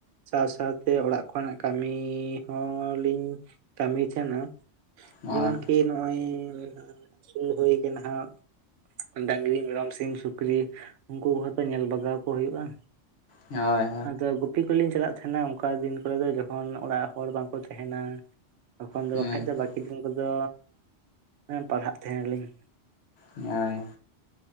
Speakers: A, on the right (about 85°); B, on the left (about 65°).
A: ᱥᱟᱶ ᱥᱟᱶᱛᱮ ᱚᱲᱟᱜ ᱠᱚᱨᱮᱱᱟᱜ ᱠᱟᱹᱢᱤ ᱦᱚᱞᱤᱧ ᱠᱟᱹᱢᱤ ᱛᱟᱦᱮᱱᱟ᱾
B: ᱦᱳᱭ
A: ᱡᱮᱢᱚᱱ ᱠᱤ ᱱᱚᱜᱼᱚᱭ ᱥᱩᱨᱩ ᱦᱩᱭ ᱠᱟᱱᱟᱦᱜ᱾ ᱰᱟᱝᱨᱤ ᱢᱮᱨᱚᱢ ᱥᱤᱢ ᱥᱩᱠᱨᱤ ᱩᱱᱠᱩ ᱠᱚᱦᱚᱸᱛᱚ ᱧᱮᱞ ᱵᱟᱜᱟᱣ᱾ ᱠᱚ ᱦᱩᱭᱩᱜᱼᱟ
B: ᱦᱳᱭ ᱦᱳᱭ
A: ᱟᱫᱚ᱾ ᱜᱩᱯᱤ ᱠᱚᱞᱤᱧ ᱪᱟᱞᱟᱜ ᱛᱟᱦᱮᱱᱟ ᱚᱱᱠᱟ ᱫᱤᱱ ᱠᱚᱨᱮ ᱫᱚ ᱡᱚᱠᱷᱚᱱ ᱚᱲᱟᱜ ᱦᱚᱲ ᱵᱟᱝᱠᱚ ᱛᱟᱦᱮᱸᱱᱟ᱾ ᱛᱚᱠᱷᱚᱱ ᱫᱚ
B: ᱦᱩᱸ
A: ᱵᱟᱠᱷᱟᱡ ᱫᱚ ᱵᱟᱹᱠᱤ ᱫᱤᱱ ᱠᱚᱫᱚ ᱯᱟᱲᱦᱟᱜ ᱛᱟᱸᱦᱮ ᱞᱤᱧ᱾
B: ᱦᱳᱭ